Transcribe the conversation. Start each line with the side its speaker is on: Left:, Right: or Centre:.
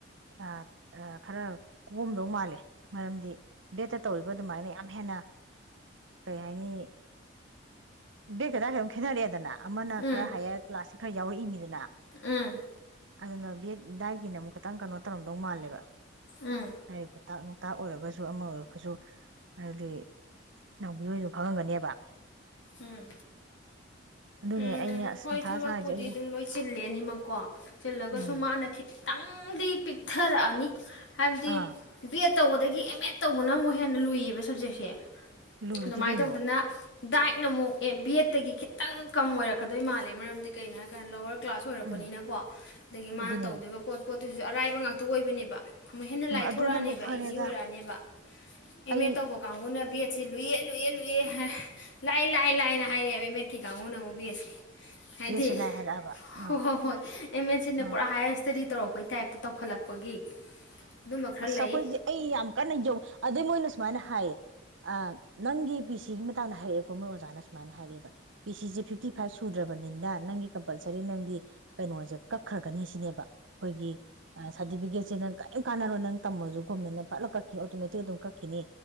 Right: ꯑ ꯑ ꯈꯔ ꯀꯣꯝꯗꯧ ꯃꯥꯜꯂꯦ ꯃꯔꯝꯗꯤ ꯕꯦꯠꯇ ꯇꯧꯔꯤꯕ ꯑꯗꯨꯃꯥꯏꯅ ꯌꯥꯝ ꯍꯦꯟꯅ ꯀꯩ ꯍꯥꯏꯅꯤ ꯕꯦꯠ ꯀꯗ ꯈꯦꯠꯅꯔꯛꯑꯦꯗꯅ ꯑꯃꯅ
Left: ꯎꯝ
Right: ꯈꯔ ꯍꯥꯏꯌꯔ ꯀ꯭ꯂꯥꯁꯁꯤ ꯈꯔ ꯌꯥꯎꯔꯛꯏꯝꯃꯤꯗꯨꯅ
Left: ꯎꯝ
Right: ꯑꯗꯨꯅ ꯕꯦꯠ ꯗꯥꯏꯒꯤꯅꯦ ꯑꯃꯨꯛ ꯈꯇꯪ ꯀꯩꯅꯣ ꯇꯧꯔꯝꯗꯧ ꯃꯥꯜꯂꯦꯕ
Left: ꯎꯝ
Right: <unintelligible> ꯇꯥꯛ ꯑꯣꯏꯔꯒꯁꯨ ꯑꯃ ꯑꯣꯏꯔꯒꯁꯨ ꯍꯥꯏꯗꯤ ꯅꯥꯎꯕꯤ ꯍꯣꯏꯗꯣ ꯈꯪꯉꯝꯒꯅꯦꯕ
Left: ꯎꯝ
Right: ꯑꯗꯨꯅꯦ
Left: ꯎꯝ
Right: ꯑꯩꯅ ꯑꯁ
Left: ꯍꯣꯏ
Right: ꯃꯊꯥ
Left: ꯊꯕꯛꯄꯨꯗꯤ
Right: ꯁꯥꯏꯁꯦ ꯑꯩꯁꯦ
Left: ꯑꯗꯨꯝ ꯂꯣꯏ ꯆꯤꯜꯂꯦ ꯑꯅꯤꯃꯛꯀꯣ ꯆꯤꯜꯂꯒꯁꯨ
Right: ꯎꯝ
Left: ꯃꯥꯅ ꯈꯤ ꯈꯤꯇꯪꯗꯤ ꯄꯤꯛꯊꯔꯛꯑꯅꯤ ꯍꯥꯏꯕꯗꯤ
Right: ꯑꯥ
Left: ꯕꯤ ꯑꯦꯠ ꯇꯧꯕꯗꯒꯤ ꯑꯦꯝ ꯑꯦꯠ ꯇꯧꯕꯅ ꯑꯃꯨꯛ ꯍꯦꯟꯅ ꯂꯨꯏꯌꯦꯕ ꯁꯞꯖꯦꯛꯁꯦ
Right: ꯂꯨꯗꯨꯗꯤ
Left: ꯑꯗꯨꯃꯥꯏ
Right: ꯀꯩꯅꯣ
Left: ꯇꯧꯗꯅ ꯗꯥꯏꯠ ꯅ ꯑꯃꯨꯛ ꯑꯦ ꯕꯤꯑꯦꯠꯇꯒꯤ ꯈꯤꯇꯪ ꯀꯝ ꯑꯣꯏꯔꯛꯀꯗꯣꯏ ꯃꯥꯜꯂꯦ ꯃꯔꯝꯗꯤ ꯀꯩꯅꯣ ꯍꯥꯏꯔꯀꯥꯟꯗ ꯂꯧꯋꯔ ꯀ꯭ꯂꯥꯁ ꯑꯣꯏꯔꯛꯄꯅꯤꯅꯀꯣ
Right: ꯎꯝ
Left: ꯑꯗꯒꯤ ꯃꯥꯅ
Right: ꯑꯗꯨꯅꯦ
Left: ꯇꯧꯗꯣꯏꯕ ꯄꯣꯠ ꯄꯣꯠ ꯑꯗꯨꯁꯨ ꯑꯔꯥꯏꯕ ꯉꯥꯛꯇ ꯑꯣꯏꯕꯅꯦꯕ ꯑꯃꯨꯛ ꯍꯦꯟꯅ
Right: ꯎꯝ
Left: ꯂꯥꯏꯊꯣꯔꯛꯑꯅꯦꯕ
Right: ꯑꯗꯨꯅꯕꯨ ꯐꯔꯦꯗ
Left: ꯏꯖꯤ ꯑꯣꯏꯔꯛꯑꯅꯦꯕ ꯑꯦꯝ
Right: ꯑꯩ
Left: ꯑꯦꯠ ꯇꯧꯕ ꯀꯥꯡꯒꯨꯅ ꯕꯤ ꯑꯦꯠ ꯆꯦ ꯂꯨꯏꯌꯦ ꯂꯨꯏꯌꯦ ꯂꯨꯏꯌꯦ ꯍꯥꯏ ꯂꯥꯏ ꯂꯥꯏ ꯂꯥꯏꯑꯅ ꯍꯥꯏꯔꯛꯑꯦꯕ ꯑꯦꯝ ꯑꯦꯠꯀꯤ ꯀꯥꯡꯕꯒꯨꯅ ꯑꯃꯨꯛ ꯕꯤꯑꯦꯠꯁꯦ ꯍꯥꯏꯗꯤ
Right: ꯕꯦꯠ ꯁꯤꯂꯥꯏ ꯍꯥꯏꯔꯛꯑꯕ ꯑꯥ
Left: ꯍꯣ ꯍꯣ ꯍꯣꯏ ꯑꯦꯝ ꯑꯦꯠꯁꯤꯅ
Right: ꯑꯥ
Left: ꯄꯨꯔꯥ ꯍꯥꯏꯋ꯭ꯔ ꯏꯁꯇꯥꯗꯤ ꯇꯧꯔꯛꯄꯩ ꯇꯥꯏꯞꯇ ꯇꯧꯈꯠꯂꯛꯄꯒꯤ ꯑꯗꯨꯝꯕ ꯈꯔ
Right: ꯑꯁ
Left: ꯂꯩ
Right: ꯑꯩꯈꯣꯏꯗꯤ ꯑꯩ ꯌꯥꯝ ꯀꯟꯅ ꯌꯧ ꯑꯗꯩ ꯃꯣꯏꯅ ꯁꯨꯃꯥꯏꯅ ꯍꯥꯏꯌꯦ ꯑ ꯅꯪꯒꯤ ꯄꯤꯁ ꯇꯤꯒꯤ ꯃꯇꯥꯡꯗ ꯍꯥꯏꯔꯛꯑꯦ ꯀꯣ ꯃꯣꯏ ꯑꯣꯖꯥꯅ ꯁꯨꯃꯥꯏꯅ ꯍꯥꯏꯔꯛꯑꯦꯕ ꯄꯤ ꯁꯤꯁꯦ ꯐꯤꯐꯇꯤ ꯐꯥꯏꯚ ꯁꯨꯗ꯭ꯔꯕꯅꯤꯅ ꯅꯪꯒꯤ ꯀꯝꯄꯜꯁꯔꯤ ꯅꯪꯒꯤ ꯀꯩꯅꯣꯁꯦ ꯀꯛꯈ꯭ꯔꯒꯅꯤ ꯁꯤꯅꯦꯕ ꯑꯩꯈꯣꯏꯒꯤ ꯑ ꯁꯥꯔꯇꯤꯐꯤꯀꯦꯠꯁꯦ ꯅꯪ ꯀꯩꯔꯤꯝ ꯀꯥꯟꯅꯔꯣ ꯅꯪ ꯇꯝꯃꯁꯨ ꯒꯣꯔꯃꯦꯟꯅ ꯐꯠꯂꯥꯎ ꯀꯛꯈꯤꯅꯤ ꯑꯣꯇꯣꯃꯦꯇꯤꯛ ꯑꯗꯨꯝ ꯀꯛꯈꯤꯅꯤ